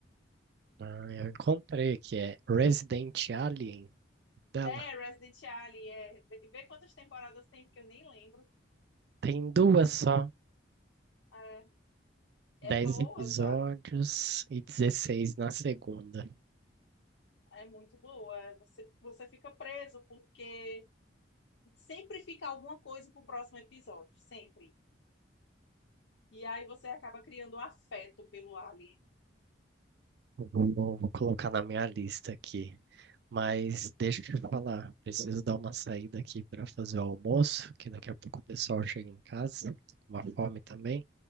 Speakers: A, on the right; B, on the left.
A: Ah, eu encontrei que é Resident Alien dela.
B: É, Resident Alien, é. Vê vê quantas temporadas tem, porque eu nem lembro.
A: Tem duas só,
B: É, é
A: 10
B: boa,
A: episódios
B: sabe?
A: e 16 na segunda.
B: É muito boa. É, Você, você fica preso porque sempre fica alguma coisa pro próximo episódio, sempre. E aí você acaba criando um afeto pelo Alien.
A: Eu Vou, vou colocar na minha lista aqui. Mas deixa eu te falar, preciso dar uma saída aqui para fazer o almoço, que daqui a pouco o pessoal chega em casa, com uma fome também.